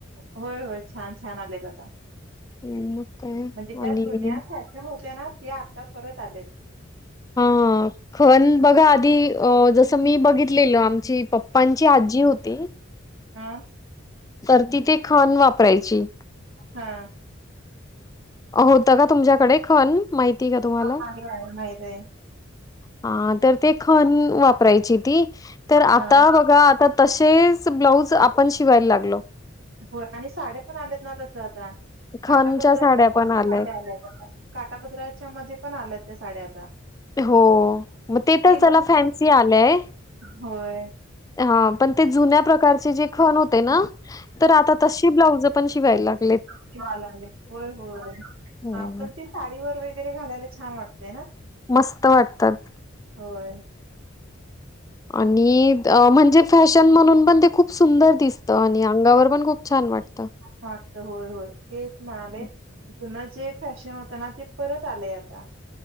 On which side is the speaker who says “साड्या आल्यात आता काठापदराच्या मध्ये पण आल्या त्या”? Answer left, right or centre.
Right